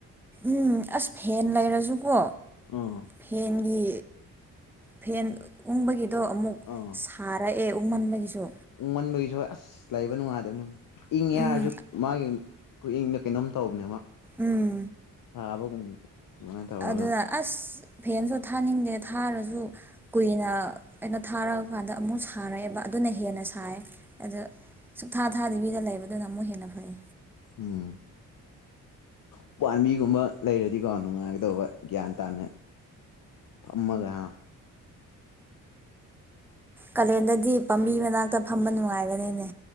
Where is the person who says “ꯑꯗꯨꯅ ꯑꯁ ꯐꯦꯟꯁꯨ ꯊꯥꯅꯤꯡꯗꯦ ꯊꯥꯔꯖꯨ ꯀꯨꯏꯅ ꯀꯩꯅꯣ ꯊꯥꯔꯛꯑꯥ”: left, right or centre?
Centre